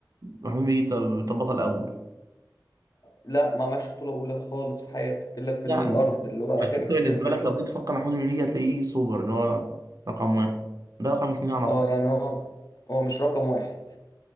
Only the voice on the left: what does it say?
لا ما عملش بطولة أولى خالص في حياته إلا في
الأرض اللي هو
آخر
فيلم ليه
اه
يعني هو هو مش رقم واحد